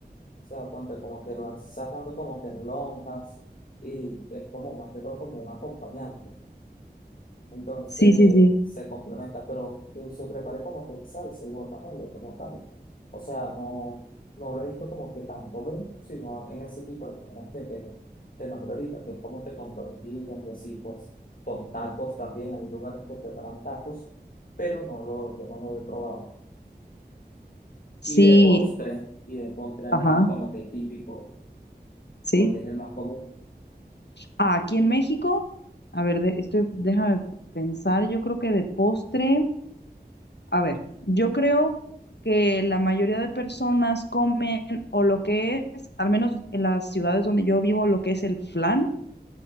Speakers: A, on the left (about 55°); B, on the left (about 80°).
A: O sea, ponte como que lo van sacando como que en lonjas y es como más que todo como un acompañante. Entonces
B: Sí, sí, sí.
A: se complementa, pero yo se preparé como que el salsa, el guacamole como tal. O sea, no, no lo he visto como que tan común, sino en ese tipo de comidas que te, te nombré ahorita, que es como que con tortillas y así, pues con tacos también. Hay lugares que preparan tacos, pero no lo, yo no lo he probado.
B: Sí,
A: Y de postre, y de postre allá
B: ajá,
A: como que típico,
B: sí.
A: ¿cuál es el más común?
B: Ah, aquí en México, a ver, de- estoy, déjame pensar, yo creo que de postre, a ver, yo creo que la mayoría de personas comen o lo que es, al menos en las ciudades donde yo vivo, lo que es el flan